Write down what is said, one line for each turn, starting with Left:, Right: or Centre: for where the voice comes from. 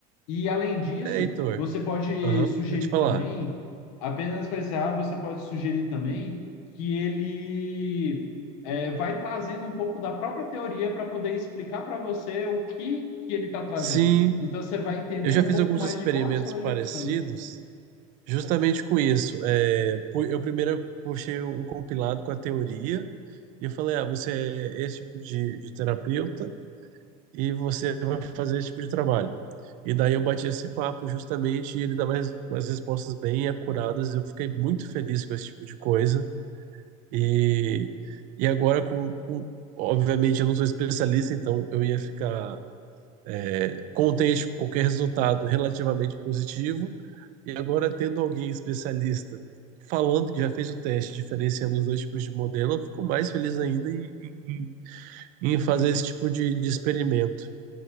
Left: E além disso,
Right: É, Heitor.
Left: você pode
Right: Aham,
Left: sugerir
Right: pode falar.
Left: também, apenas para encerrar, você pode sugerir também que ele é, vai trazendo um pouco da própria teoria para poder explicar para você o que, que ele está trazendo.
Right: Sim,
Left: Então você vai entendendo
Right: Eu já
Left: um
Right: fiz
Left: pouco
Right: alguns
Left: mais
Right: experimentos
Left: de como a psicologia
Right: parecidos
Left: funciona.
Right: justamente com isso. É, pu- eu primeiro puxei um compilado com a teoria e eu falei, ah, você é esse tipo de, de terapeuta e você vai fazer esse tipo de trabalho. E daí eu bati esse papo justamente e ele dava res- umas respostas bem acuradas. Eu fiquei muito feliz com esse tipo de coisa. E, e agora com, com... Obviamente eu não sou especialista, então eu ia ficar é, contente com qualquer resultado relativamente positivo, e agora, tendo alguém especialista falando que já fez o teste, diferenciando os dois tipos de modelo, eu fico mais feliz ainda em, em- em- em fazer esse tipo de, de experimento.